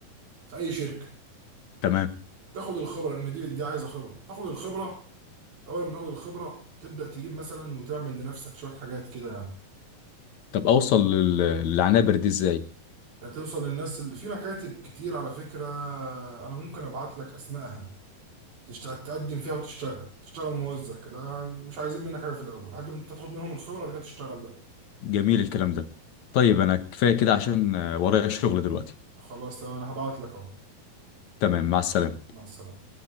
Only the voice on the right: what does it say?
في اي شركه
تاخد الخبره لان دي دي عايزه خبره تاخد الخبره اول ما تاخد الخبره تبدا تجيب مثلا وتعمل لنفسك شويه حاجات كده يعني.
توصل للناس اللي في مكاتب كتير على فكرة أنا ممكن أبعت لك أسمائها تشت- تقدم فيها وتشتغل تشتغل موزع كده مش عايزين منك حاجة في الأول لحد ما أنت تاخد منهم الخبرة بعد كده تشتغل بقى
خلاص تمام أنا هبعت لك أهو
مع السلامة